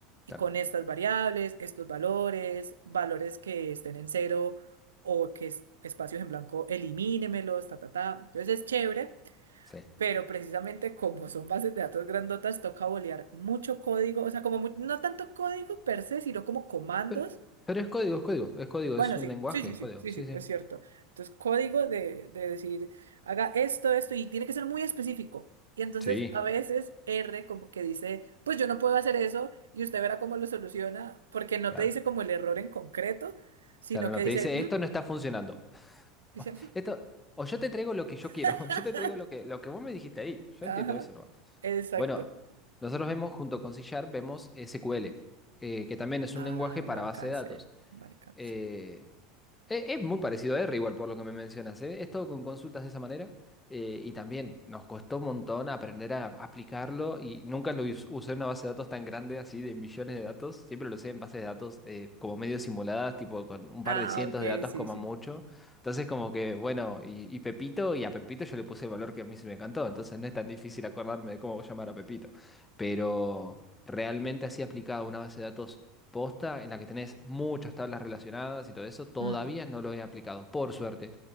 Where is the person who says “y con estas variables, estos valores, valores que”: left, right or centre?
Right